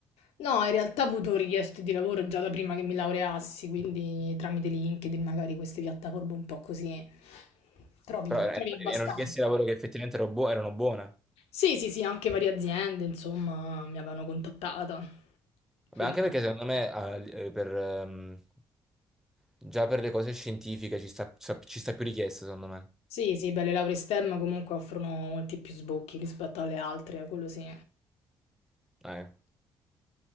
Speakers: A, on the left; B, in the centre.
A: No, in realtà ho avuto richieste di lavoro già da prima che mi laureassi, quindi tramite LinkedIn, magari queste piattaforme un po' così, trovi,
B: Però er-
A: trovi abbastanza.
B: erano richieste di lavoro che effettivamente ero buo- erano buone.
A: Sì, sì, sì, anche varie aziende, insomma, mi avevano contattata.
B: Beh,
A: Quindi
B: anche
A: sì.
B: perché secondo me ah, eh, per, ehm, già per le cose scientifiche ci sta, sa- ci sta più richiesta, secondo me.
A: Sì, sì, beh, le lauree STEM comunque offrono molti più sbocchi rispetto alle altre, quello sì.
B: Eh,